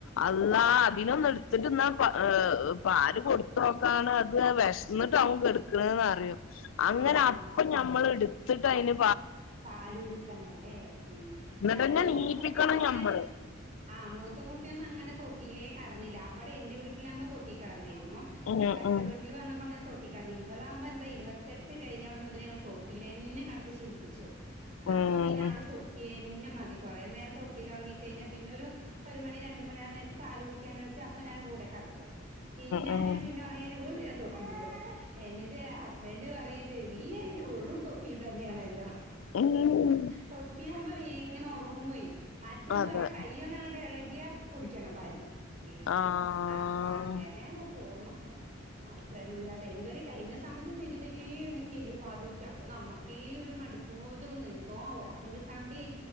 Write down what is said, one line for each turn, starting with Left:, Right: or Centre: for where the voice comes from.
Left: അള്ളാ അതിനൊന്നും <unintelligible> പാല് കൊടുത്തോക്കാണ് അത് വെശ്ന്നിട്ടാവു കെടക്കണ് ന്നറിയും അങ്ങനെ
Right: ആഹ്
Left: അപ്പൊ ഞമ്മൾ എടുത്തിട്ട് അയിന്
Right: പാല് കൊടുക്കണല്ലേ ഉം
Left: എന്നിട്ടന്നെ
Right: ഞാന് മൂത്തക്കുട്ടിന്നങ്ങനെ
Left: നീപ്പിക്കണം ഞമ്മള്
Right: ആ മൂത്ത കുട്ടിയൊന്നും അങ്ങനെ തൊട്ടിലേ കടന്നില്ല അവടെ എന്റെ വീട്ടിലാവുമ്പോ തൊട്ടി കടന്നിയിരുന്നു
Left: ഉം
Right: ഇവിടെ അച്ച
Left: ഉം
Right: വീട്ടിൽ വന്നപ്പോ അങ്ങനെ തൊ ട്ടിക്കാന്ന് ഇവളാവ്മ്പോ എന്ത ഇരുവെത്തട്ട് കഴിഞ്ഞോടം മുതലേ <unintelligible> തൊട്ടിലെന്നെ കടത്തി ശീലിപ്പിച്ചു
Left: ഉം
Right: അപ്പൊ പിന്നെ ആള് തൊട്ടിയ ന്നെ മതി കൊറേ നേരം തൊട്ടിൽ ഒറങ്ങി കഴിഞ്ഞ പിന്നെ ഒരു ഒരു മണി രണ്ട് മണി ആ നേരത്ത് പാല് കുടിക്ക്യാനനീച്ച അപ്പ നെ കൂടെ കടത്തും പിന്നെ
Left: ഉം
Right: അങ്ങനെ പിന്നെ ഒറ <unintelligible> തൊട്ടിലിടും എന്നിട്ട് ഹസ്ബൻഡ് പറയു ചെയ്യും നീ അയിനെ വെറും തൊട്ടി തന്നെയാണല്ലോ
Left: ഉം ഉം
Right: തൊട്ടിലാകുമ്പോ വേങ്ങനെ ഒറങ്ങുവയ് മറ്റേത്
Left: അതെ
Right: പറഞ്ഞ കയ്യ് ഒന്നങ്ങട്ട് എളകി <unintelligible> കുടിക്കണം പാല് ഉം
Left: ആഹ്
Right: അപ്പൊ അങ്ങനെയങ്ങ് പോണ്. അപ്പൊ എന്താ ഡെലിവറി കഴിഞ്ഞ സമയത്ത് തിരിതിരീ എണിക്കല്ലേ പാലു ട്ക്കാ അപ്പൊ നമ്മക്ക് ഇ ഈ ഒരു മടുപ്പ് പോല തോന്നൊയ് എന്തോ ഒറക്കം കിട്ടാണ്ടി